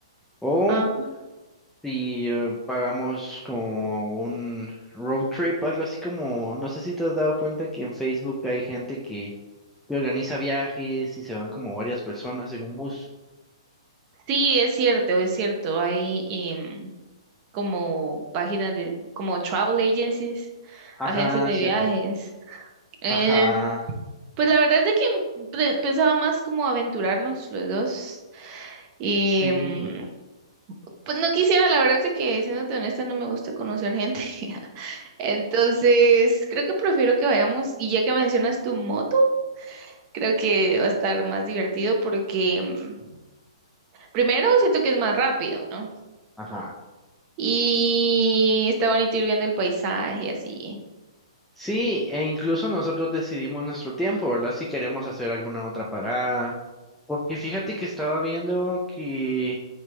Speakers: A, in the centre; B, on the right.
A: O
B: ah,
A: si eh, pagamos como un road trip, algo así como, no sé si te has dado cuenta que en Facebook hay gente que, que organiza viajes y se van como varias personas en un bus.
B: sí, es cierto, es cierto. Hay em, como páginas de, como travel agencies,
A: Ajá,
B: agencias de viajes.
A: cierto.
B: Em,
A: Ajá,
B: pues la verdad es de que mm, pe- pensaba más como aventurarnos los dos. em,
A: Sí,
B: Pues no quisiera, la verdad es de que, siéndote honesta, no me gusta conocer gente. <laughs> Entonces, creo que prefiero que vayamos, y ya que mencionas tu moto, creo que va a estar más divertido porque mm, primero siento que es más rápido, ¿no?
A: ajá.
B: Y está bonito ir viendo el paisaje así.
A: Sí, e incluso nosotros decidimos nuestro tiempo, ¿verdad? Si queremos hacer alguna otra parada. Porque fíjate que estaba viendo que,